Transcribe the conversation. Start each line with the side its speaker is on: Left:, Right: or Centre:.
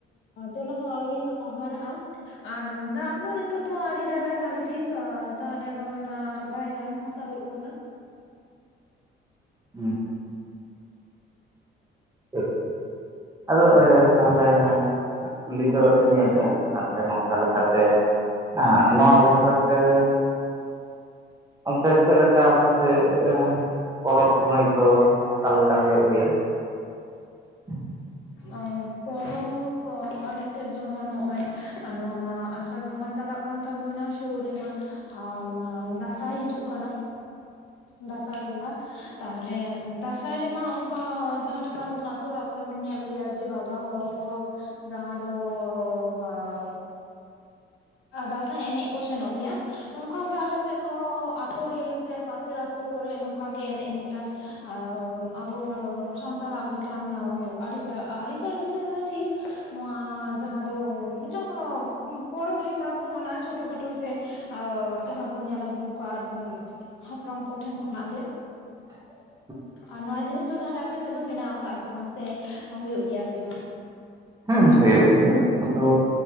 Left: ᱛᱚᱞᱟ ᱦᱚᱸ ᱟᱣᱨᱤ ᱦᱟᱨᱟᱜᱼᱟ᱾ ᱟᱨ ᱫᱟᱜ ᱦᱚᱸ ᱱᱤᱛᱚᱜ ᱫᱚ ᱟᱹᱣᱲᱤ ᱫᱟᱜᱟᱭ ᱵᱷᱟᱜᱮ ᱴᱷᱤᱠ᱾ ᱛᱟ-ᱛᱟᱦᱞᱮ ᱨᱚᱦᱚᱭ ᱢᱟ ᱵᱟᱭ ᱜᱟᱱ ᱦᱟᱛᱟᱲᱚᱜ ᱠᱟᱱᱟ᱾
Right: ᱦᱩᱸ <unintelligible> ᱟᱫᱚ ᱮ ᱛᱟᱦᱞᱮ ᱠᱩᱠᱞᱤ ᱫᱚ ᱱᱤᱭᱟᱹᱜᱮ ᱦᱟᱱᱛᱮ ᱱᱷᱟᱛᱮ ᱞᱮᱠᱟᱛᱮ ᱦᱟᱸᱜ ᱱᱚᱣᱟ ᱵᱟᱠᱷᱨᱟ ᱛᱮ ᱚᱱᱛᱮ ᱪᱮᱫ ᱞᱮᱠᱟ ᱟᱯᱮ ᱥᱮᱫ ᱮᱸ ᱯᱚᱨᱚᱵᱽ ᱯᱩᱱᱟᱹᱭ ᱠᱚ ᱚᱠᱟ ᱞᱮᱠᱟ ᱦᱩᱭᱩᱜ ᱜᱮᱭᱟ <inaudible>
Left: ᱟᱸ ᱯᱚᱨᱚᱵᱽ ᱟᱞᱮ ᱥᱮᱫ ᱡᱚᱢᱚᱱ ᱱᱚᱜᱼᱚᱭ ᱱᱚᱣᱟ ᱢᱟ ᱟᱥᱟᱲ ᱵᱚᱸᱜᱟ ᱪᱟᱞᱟᱜ ᱠᱟᱱ ᱛᱟᱵᱚᱱᱟ ᱥᱩᱨ ᱨᱮᱢᱟ ᱟᱶᱢᱟ ᱫᱟᱸᱥᱟᱭ ᱦᱤᱡᱩᱜ ᱠᱟᱱᱟ
Right: <unintelligible>
Left: ᱫᱟᱥᱟᱸᱭ ᱵᱚᱸᱜᱟ ᱛᱟᱦᱞᱮ ᱫᱟᱥᱟᱸᱭ ᱨᱮᱢᱟ ᱚᱝᱠᱟ ᱡᱟᱦᱟᱸ ᱴᱟᱠᱟ ᱵᱚᱱ ᱛᱚ ᱚᱲᱟᱜ ᱠᱚᱨᱮ ᱵᱚᱱ ᱧᱮᱞ ᱜᱮᱭᱟ ᱡᱮ ᱵᱟᱵᱟ ᱦᱚᱱ ᱠᱚ ᱡᱟᱦᱟᱸ ᱫᱚ ᱦᱟᱣ ᱫᱟᱥᱟᱸᱭ ᱮᱱᱮᱡ ᱠᱩ ᱥᱮᱱᱚᱜ ᱜᱮᱭᱟ ᱱᱚᱝᱠᱟ ᱜᱮ ᱟᱞᱮ ᱥᱮᱱ ᱦᱚᱸ ᱟᱹᱛᱳ ᱨᱮ ᱥᱮ ᱯᱟᱥᱮᱨ ᱟᱹᱛᱳ ᱠᱚᱨᱮ ᱱᱚᱝᱠᱟ ᱜᱮ ᱮᱱᱮᱡ ᱢᱤᱫᱴᱟᱝ ᱟᱣ ᱟᱵᱚ ᱥᱟᱱᱛᱟᱨᱟᱜ ᱢᱤᱫ ᱴᱟᱝ ᱣᱚᱜ ᱟᱹᱲᱤᱥ ᱟᱹᱨᱤᱪᱟᱹᱞᱤ ᱨᱮᱦᱚᱭ ᱴᱷᱤᱠ ᱱᱚᱣᱟ ᱡᱟᱦᱟᱸ ᱫᱚ ᱦᱤᱴᱟᱝ ᱯᱚᱨᱚᱵᱽ ᱞᱮᱠᱟ ᱵᱚᱱ ᱢᱟᱱᱟᱣ ᱪᱷᱚᱴᱳ ᱠᱷᱟᱴᱳ ᱥᱮᱟ ᱟᱣ ᱡᱟᱦᱟᱸ ᱫᱚᱵᱚᱱ ᱧᱮᱞ ᱟᱹᱜᱩ ᱠᱟᱫ ᱦᱟᱯᱲᱟᱢ ᱠᱚᱴᱷᱮᱱ ᱠᱷᱚᱱᱟᱜ ᱜᱮ
Right: <inaudible>
Left: ᱟᱨ ᱱᱚᱣᱟ ᱡᱤᱱᱤᱥ ᱫᱚ ᱛᱟᱦᱚᱞᱮ ᱟᱯᱮ ᱥᱮᱫ ᱫᱚ ᱢᱮᱱᱟᱣ ᱟᱠᱟᱜᱼᱟ ᱥᱮ ᱵᱟᱝ ᱥᱮ ᱦᱩᱭᱩᱜ ᱜᱮᱭᱟ ᱥᱮ ᱵᱟᱝ
Right: ᱦᱩᱸ ᱦᱩᱭᱩᱜ ᱜᱮᱭᱟ ᱟᱫᱚ